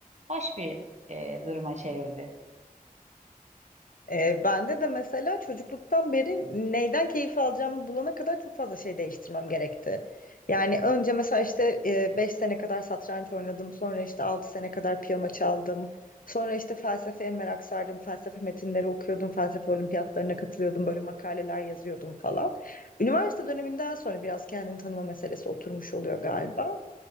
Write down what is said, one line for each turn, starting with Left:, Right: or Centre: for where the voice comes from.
Right: hoş bir e, duruma çevirdi.
Left: E, bende de mesela çocukluktan beri neyden keyif alacağımı bulana kadar çok fazla şey değiştirmem gerekti. Yani önce mesela işte 5 sene kadar satranç oynadım, sonra işte 6 sene kadar piyano çaldım. Sonra işte felsefeye merak sardım, felsefe metinleri okuyordum, felsefe olimpiyatlarına katılıyordum, böyle makaleler yazıyordum falan. Üniversite döneminden sonra biraz kendini tanıma meselesi oturmuş oluyor galiba.